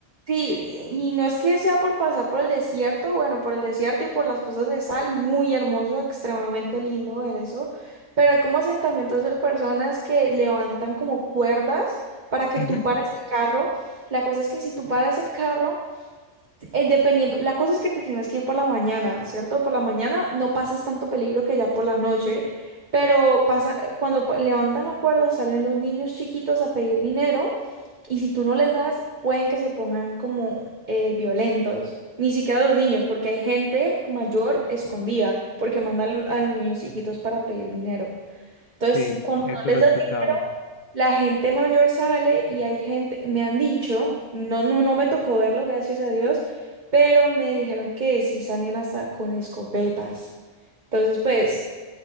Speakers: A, on the right; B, on the left.
A: sí, y y no es que sea por pasar por el desierto, bueno, por el desierto y por las cosas de sal, muy hermoso, extremadamente lindo ver eso, pero hay como asentamientos de personas que levantan como cuerdas para que
B: Ujú,
A: tú pares el carro, la cosa es que si tú paras el carro, Eh, dependiendo, la cosa es que te tienes que ir por la mañana, ¿cierto? Por la mañana no pasas tanto peligro que ya por la noche, pero pasa, eh, cuando pa- levantan la cuerda salen los niños chiquitos a pedir dinero y si tú no les das, pueden que se pongan como eh, violentos. Ni siquiera los niños, porque hay gente mayor escondida, porque mandan a los niños chiquitos para pedir dinero. Entonces,
B: Sí,
A: cuando
B: eso
A: no les
B: lo he
A: das
B: escuchado.
A: dinero, la gente mayor sale y hay gente, me han dicho, no, no, no me tocó verlo, gracias a Dios, pero me dijeron que sí salen hasta con escopetas. Entonces, pues,